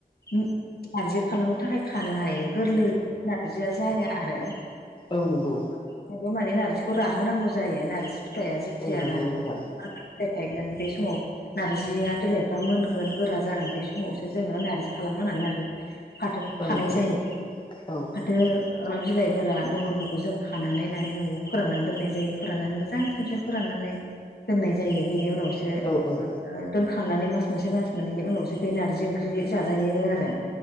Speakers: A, on the left; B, on the left.
A: नारजि खालामनो थाखाय खानो हायो गोरलै नारजिया जाया आरो
B: औ नंगौ
A: थेवबो माने नारजिखौ राहोनांगौ जायो नारजि फिथाइआ जेथिया
B: औ नंगौ
A: नार
B: नोंथां
A: <unintelligible> फिथाइ थाइगोन बे समाव नार्जिया बिलाइफ्रा मोनगोन गोरा जागोन बे समावसो जोङो नार्जि खालामनो होननानै नारजि फाथोखौ
B: औ
A: खानाय
B: औ
A: जायो
B: औ
A: फाथो ओ बिलाइ गोरा गोमोन फोरखौ जों खानानै होननानै न'वाव फोराननानै दोननाय जायो फोराननानै मोजां खेबसे फोराननानै दोननाय जायो बेनि उनाव सो
B: औ औ
A: ओ दोनखांनानै मास मोनसे मास मोननैनि उनावसो बे नार्जि ओंख्रि जाजायो आरो।